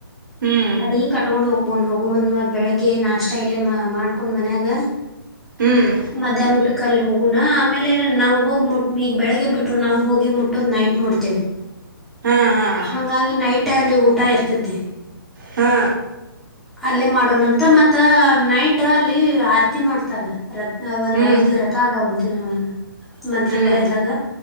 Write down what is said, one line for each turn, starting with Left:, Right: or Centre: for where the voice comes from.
Right: ಹ್ಮ್
Centre: ಅಡಿಗಿ ಕಟ್ಕೊಂಡ್ ಹೋಗ ಡ್ ಹೋಗುಮುಂದ್ ಬೆಳಿಗ್ಗೆ ನಾಷ್ಟ ಇಲ್ಲ ಮಾಡ್ಕೊಂಡ್ ಮನ್ಯಾಗ.
Right: ಹ್ಮ್
Centre: ಮಧ್ಯಾಹ್ನ ಊಟಕ್ಕಲ್ಲಿ ಹೋಗುಣ ಆಮೇಲೆ ನಾವ್ ಹೋಗ ಮುಟ್ ಈಗ್ ಬೆಳಿಗ್ಗೆ ಬಿಟ್ರು ನಾವ್ ಹೋಗಿ ಮುಟ್ಟೋದು ನೈಟ್ ಮುಡ್ತೇವಿ
Right: ಹಾ ಹಾ
Centre: ಹಂಗಾಗಿ ನೈಟ್ ಅಲ್ಲಿ ಊಟ ಇರ್ತೈ ತಿ
Right: ಹಾ
Centre: ಅಲ್ಲೇ ಮಾಡೋನಂತ ಮತ್ತ ನೈಟ್ ಅಲ್ಲಿ ಆರತಿ ಮಾಡ್ತಾರ. ರತ್ನ ಒಂದ್
Right: ಹ್ಮ್
Centre: ಐದ ರಥ ಅದಾವಂತ ಮಂತ್ರಾಲಯದಾಗ
Right: ಹ್ಮ್